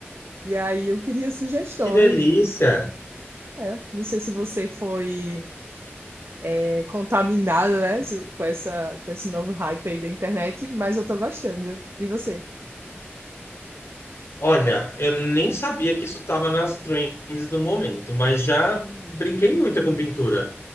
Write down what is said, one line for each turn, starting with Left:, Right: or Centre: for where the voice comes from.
Right: e aí eu queria sugestões.
Left: Que delícia!
Right: É, não sei se você foi é, contaminado, né, se- com essa, com esse novo hype aí da internet, mas eu tô gostando. E você?
Left: Olha, eu nem sabia que isso estava nas trends do momento, mas já brinquei muito com pintura.